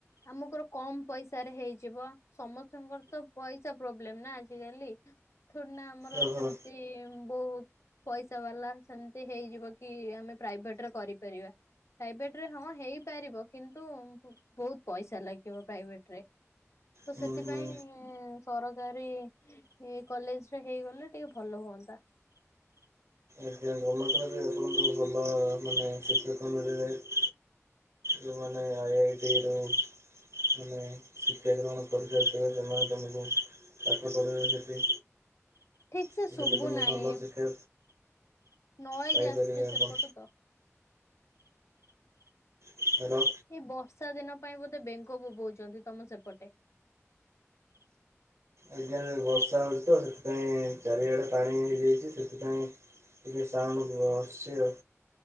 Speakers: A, on the left; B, on the right.
A: ଆମଙ୍କର କମ ପଇସାରେ ହେଇଯିବ। ସମସ୍ତଙ୍କର ତ ପଇସା ପ୍ରୋବ୍ଲେମ ନା ଆଜିିକାଲି। ଥୋଡି ନା ଆମର
B: ଓହୋ
A: ସେମତି ବହୁତ ପଇସା ବାଲା ସେମିତି ହେଇଯିବ କି ଆମେ ପ୍ରାଇଭେଟରେ କରିପାରିବା। ପ୍ରାଇଭେଟରେ ହଁ ହେଇପାରିବ କିନ୍ତୁ ବହୁତ ପଇସା ଲାଗିବ ପ୍ରାଇଭେଟରେ। ତ
B: ହୁଁ
A: ସେଥିପାଇଁ
B: ହୁଁ।
A: ସରକାରୀ ଏ କଲେଜରେ ହେଇଗଲେ ଟିକେ ଭଲ ହୁଅନ୍ତା।
B: ଆଜ୍ଞା ଗର୍ମେଣ୍ଟରେ ବି ଆପଣଙ୍କ ଭଲ ମାନେ <unintelligible> ଯଉମାନେ ଆଇ ଆଇ ଟି ରୁ ମାନେ ଶିକ୍ଷା ଗ୍ରହଣ କରିକି ଆସିଥିବେ ସେମାନେ ତମକୁ ତାଙ୍କ <unintelligible> ସେଠି
A: ଠିକ୍ ସେ
B: ସେଠି
A: ଶୁଭୁ
B: ତମେ
A: ନାହିଁ।
B: ଭଲ ଶିକ୍ଷା
A: ନଏଜ୍
B: ପାଇପାରିବେ
A: ଆସୁଛି ସେପଟୁ
B: ଆପଣ
A: ତ।
B: ହ୍ୟାଲୋ।
A: ଏଇ ବର୍ଷା ଦିନ ପାଇଁ ବୋଧେ ବେଙ୍ଗ ବୋବଉଛନ୍ତି ତମ ସେପଟେ?
B: ଆଜ୍ଞା ବର୍ଷା ହେଉଛି ତ ସେଥିପାଇଁ ଚାରିଆଡ଼େ ପାଣି ହେଇଛି ଯେହେତୁ କି ସେଥିପାଇଁ ଟିକେ ସାଉଣ୍ଡ ହଉଥିବ। ବସିଛି ଆଉ।